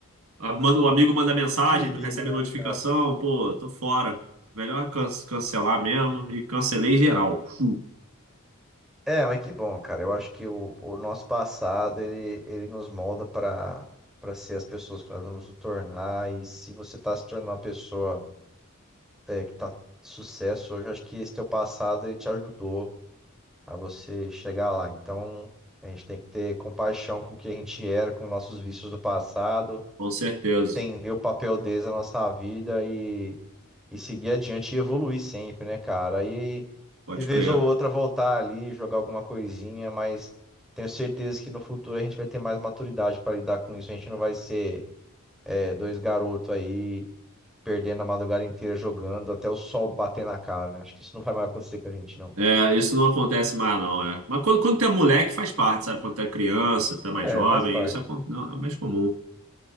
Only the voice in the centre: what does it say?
Perigo,
né,
cara?
É, mas que bom, cara. Eu acho que o, o nosso passado ele, ele nos molda para para ser as pessoas que nós vamos nos tornar. E se você tá se tornando uma pessoa é, que tá de sucesso hoje, eu acho que esse teu passado ele te ajudou a você chegar lá. Então a gente tem que ter compaixão com o que a gente era, com nossos vícios do passado.
entender o papel deles na nossa vida e, e seguir adiante e evoluir sempre, né, cara? E,
e vez
ou outra voltar ali, jogar alguma coisinha, mas tenho certeza que no futuro a gente vai ter mais maturidade para lidar com isso. A gente não vai ser é, dois garotos aí perdendo a madrugada inteira jogando até o sol bater na cara, né? Acho que isso não vai mais acontecer com a gente, não.
É,
faz parte.